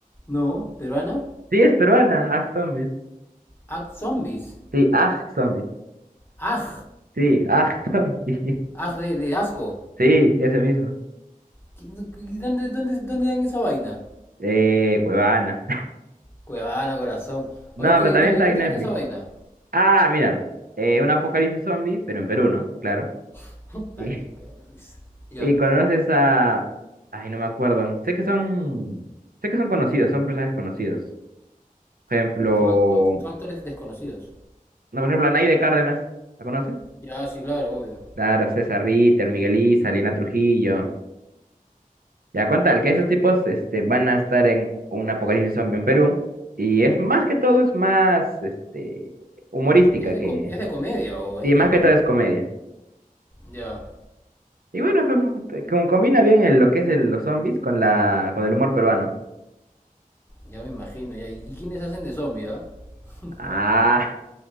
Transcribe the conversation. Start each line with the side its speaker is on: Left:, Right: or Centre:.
Left: No, peruana.
Right: Sí, es peruana. Ax Zombies.
Left: Act Zombies.
Right: Sí, Ax Zombies.
Left: Aj.
Right: Sí, Ax Zombies. <laughs>
Left: Aj de, de asco.
Right: Sí, ese mismo.
Left: ¿Qué- no- qué- ¿Dónde, dónde, dónde dan esa vaina?
Right: Eh, Cuevana.
Left: Cuevana, corazón.
Right: <laughs> No,
Left: Oye, ¿qué?
Right: pero también
Left: No,
Right: está
Left: ¿de qué
Right: en
Left: trata
Right: Netflix.
Left: esa vaina?
Right: Ah, mira. eh, un apocalipsis zombie, pero en Perú, ¿no? Claro.
Left: <laughs> Puta,
Right: <laughs>
Left: qué- qué risa. Ya.
Right: Y conoces a... Ay, no me acuerdo. Sé que son... Sé que son conocidos, son personajes conocidos. Por ejemplo...
Left: Son, act- son act- son actores desconocidos.
Right: No, por ejemplo, a Anaide Cárdenas. ¿La conoces?
Left: Ya, sí, claro, obvio.
Right: Claro, César Ritter, Miguel Isa, Lina Trujillo. Ya con tal que esos tipos este, van a estar en un apocalipsis zombie en Perú. Y es más que todo, es más este, humorística
Left: ¿Es de,
Right: que...
Left: com- es de comedia o es
Right: Sí,
Left: de terror?
Right: más que todo es comedia.
Left: Ya,
Right: Y bueno, pues, te- como combina bien el- lo que es el- los zombies con la, con el humor peruano.
Left: ya me imagino, ya. ¿Y y quiénes hacen de zombie, ah? <laughs> Puta,
Right: Ah,
Left: me-